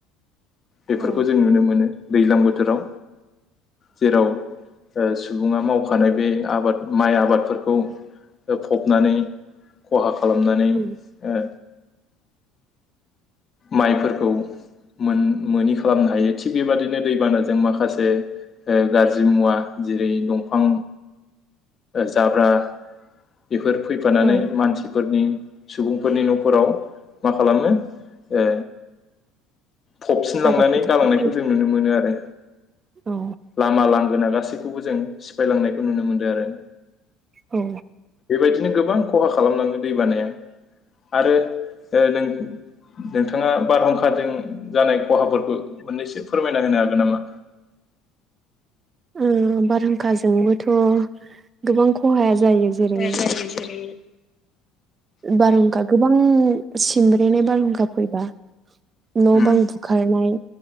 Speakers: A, on the left; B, on the right.
A: बेफोरखौ
B: औ
A: जों नुनो मोनो दैज्लां बोथोराव जेराव ओ सुबुंआ माव मावखानाय बे आबाद माइ आबादफोरखौ फबनानै खहा खा खालामनानै
B: औ
A: ओ माइफोरखौ मोन-मोनि खालामनो हायो थिग बेबादिनो दैबानाजों माखासे ओ गाज्रि मुवा जेरै दंफां जाब्रा बेफोर फैफानानै
B: औ
A: मानसिफोरनि सुबुंफोरनि न'फोराव मा खालामो ओ फबसिनलांनानै
B: आबाद फोथारखौ
A: गालांनायखौ जों नुनो मोनो आरो
B: औ
A: लामा लांगोना गासैखौबो जों सिफायलांनायखौ नुनो मोनदों आरो
B: औ
A: बेबायदिनो गोबां खहा खालाम लांदों दै बानाया आरो ओ नों नोंथाङा बारहुंखाजों जानाय खहाफोरखौ मोननैसो फोरमायना होनो हागोन नामा?
B: उम बारहुंखाजोंबोथ' गोबां खहाया जायो। जेरै
A: जायो जेरै
B: बारहुंखा गोबां सिमब्रेनाय बारहुंखा फैबा न'
A: उम
B: बां बुखारनाय